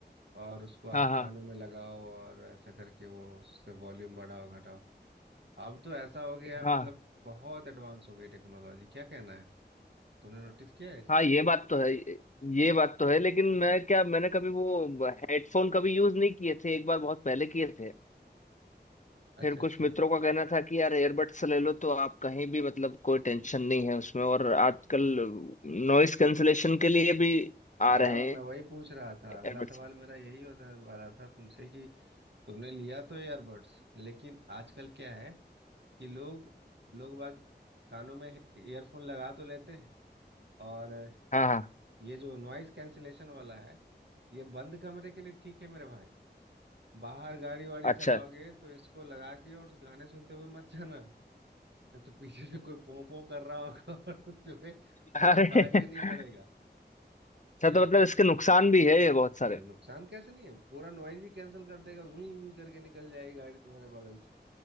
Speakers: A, on the right (about 75°); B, on the left (about 45°).
A: और उसको आप
B: हाँ हाँ
A: कानों में लगाओ और ऐसा करके वो उससे वॉल्यूम बढ़ाओ घटाओ अब तो ऐसा हो गया है
B: हाँ
A: मतलब बहुत एडवांस हो गई टेक्नोलॉजी क्या कहना है तुमने नोटिस किया है इसको
B: हाँ ये बात तो है ये ये बात तो है लेकिन मैं क्या मैंने कभी वो हेडफोन कभी यूज नहीं किए थे एक बार बहुत पहले किए थे
A: अच्छा
B: फिर
A: अच्छा
B: कुछ मित्रों का कहना था कि यार एयरबड्स ले लो तो आप कहीं भी मतलब कोई टेंशन नहीं है उसमें और आजकल नॉइस कैंसलेशन के लिए भी
A: हाँ
B: आ रहे
A: मैं
B: हैं
A: वही पूछ रहा था
B: एयरबड्स
A: अगला सवाल मेरा यही होने वाला था तुमसे कि तुमने लिया तो ईयरबड्स लेकिन आजकल क्या है कि लोग लोग बाग कानों में ईयरफोन लगा तो लेते हैं और
B: हाँ हाँ
A: ये जो नॉइस कैंसिलेशन वाला है ये बंद कमरे के लिए ठीक है मेरे भाई बाहर गाड़ी वाड़ी चलाओगे
B: अच्छा
A: तो इसको लगा के और गाने सुनते हुए मत जाना नहीं तो पीछे से कोई पों पों कर रहा होगा <laughs> और तुम्हें कुछ
B: अरे
A: फर्क
B: <laughs>
A: भी नहीं पड़ेगा
B: अच्छा
A: हाँ
B: तो मतलब इसके नुकसान भी है ये बहुत सारे
A: और नुकसान कैसे नहीं है पूरा नॉइज ही कैंसिल कर देगा जूं करके निकल जाएगी गाड़ी तुम्हारे बगल से